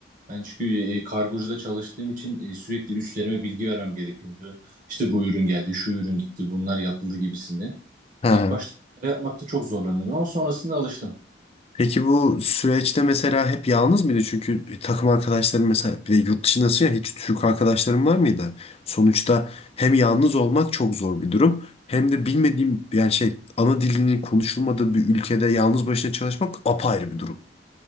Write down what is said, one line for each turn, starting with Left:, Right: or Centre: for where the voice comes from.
Right: Ben çünkü e, kargocuda çalıştığım için e, sürekli üstlerime bilgi vermem gerekiyordu. İşte bu ürün geldi, şu ürün gitti, bunlar yapıldı gibisinden.
Left: Ha.
Right: İlk başta bunları yapmakta çok zorlanıyordum ama sonrasında alıştım.
Left: Peki bu süreçte mesela hep yalnız mıydı? Çünkü takım arkadaşların mesela bir de yurt dışındasın ya hiç Türk arkadaşların var mıydı? Sonuçta hem yalnız olmak çok zor bir durum hem de bilmediğim yani şey ana dilinin konuşulmadığı bir ülkede yalnız başına çalışmak apayrı bir durum.